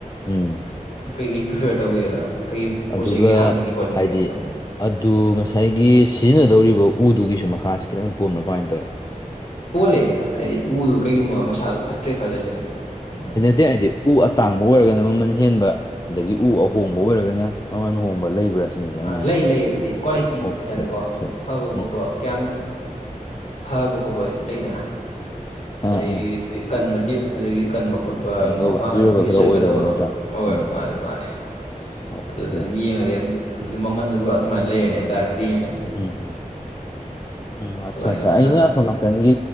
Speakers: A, on the left; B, on the left.
A: ꯎꯝ
B: ꯀꯩꯀꯩ ꯄ꯭ꯔꯤꯐꯌꯔ ꯇꯧꯒꯦꯗꯅ ꯀꯩ ꯄꯣꯠ
A: ꯑꯗꯨꯒ
B: ꯆꯩꯒꯤ ꯍꯥꯞꯅꯤꯡꯒꯦ ꯈꯣꯠꯅꯤꯡꯉꯦ
A: ꯍꯥꯏꯗꯤ
B: ꯎꯝ
A: ꯑꯗꯨ ꯉꯁꯥꯏꯒꯤ ꯁꯤꯖꯤꯟꯅꯗꯧꯔꯤꯕ ꯎꯗꯨꯒꯤꯁꯨ ꯃꯈꯥꯁꯤ ꯈꯤꯇꯪ ꯄꯣꯝꯕꯕ꯭ꯔꯥ ꯀꯃꯥꯏꯅ ꯇꯧꯏ
B: ꯄꯣꯂꯦ ꯍꯥꯏꯗꯤ ꯎꯗꯨ ꯀꯩꯒꯨꯝꯕ ꯃꯁꯥꯗꯨꯣ ꯐꯠꯇ꯭ꯔꯦ ꯈꯜꯂꯁꯤꯅꯦ ꯎꯝ
A: ꯑꯩ ꯍꯥꯏꯗꯤ ꯎ ꯑꯇꯥꯡꯕ ꯑꯣꯏꯔꯒꯅ ꯃꯃꯜ ꯍꯦꯟꯕ ꯑꯗꯒꯤ ꯎ ꯑꯍꯣꯡꯕ ꯑꯣꯏꯔꯒꯅ ꯃꯃꯜꯨꯣꯡꯕ ꯂꯩꯕ꯭ꯔꯥ ꯁꯤꯅꯤꯗ ꯑꯩꯅ
B: ꯑꯥ
A: ꯍꯥꯏꯅ
B: ꯂꯩ ꯂꯩ ꯑꯗꯨꯗꯤ ꯀ꯭ꯋꯥꯂꯤꯇꯤ
A: ꯑꯣꯀꯦ
B: ꯍꯥꯏꯇꯥꯔꯦꯀꯣꯣꯏ
A: ꯑꯣꯀꯦ
B: ꯐꯕ ꯈꯣꯠꯄ
A: ꯎꯝ
B: ꯀꯌꯥꯝ ꯐꯕ ꯈꯣꯠꯄ ꯂꯩꯗꯅ
A: ꯑꯥ
B: ꯑꯗꯩ
A: ꯑꯥ
B: ꯀꯟꯕꯗꯤ ꯑꯗꯒꯤ ꯀꯟꯕ ꯈꯣꯠꯄ
A: ꯑꯗꯨꯅꯧꯕ
B: ꯃꯄꯥꯡꯒ
A: ꯗ꯭ꯌꯨꯔꯦꯕꯜ
B: ꯀꯨꯏꯅ
A: ꯈꯔ
B: ꯆꯠꯀꯗꯧꯕ
A: ꯑꯣꯏꯗꯧꯕ ꯅꯠꯇ꯭ꯔꯥ
B: ꯍ
A: ꯎꯝ
B: ꯃꯥꯅꯤ ꯃꯥꯅꯤ
A: ꯑꯣꯀꯦ
B: ꯑꯗꯨꯗ ꯑꯗꯨꯝ ꯌꯦꯡꯉꯗꯤ ꯑꯗꯨꯗꯤ ꯃꯃꯟꯗꯨ ꯑꯗꯨꯃꯥꯏꯅ ꯂꯩꯔꯅꯤ ꯍꯥꯏꯇꯥꯔꯦ ꯔꯦꯟꯁ
A: ꯎꯝ ꯎꯝ ꯎꯝ ꯑꯆꯥ
B: ꯑꯗꯨꯃꯥꯏꯅ
A: ꯑꯆꯥ ꯑ
B: ꯑꯥ
A: ꯁꯃ ꯀꯪꯒꯤ